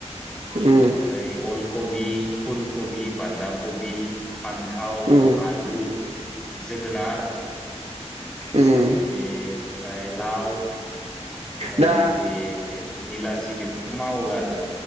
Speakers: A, on the right; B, in the centre.
A: उम
B: ओमफ्राय अल कबि फुलकबि बान्धा कबि फान्थाव
A: उम
B: आलु जोगोनार
A: उम
B: ओमफ्राय बे ओमफ्राय लाव ओमफ्राय
A: दा
B: बे निलाजि बेफोरखौ मावो आरो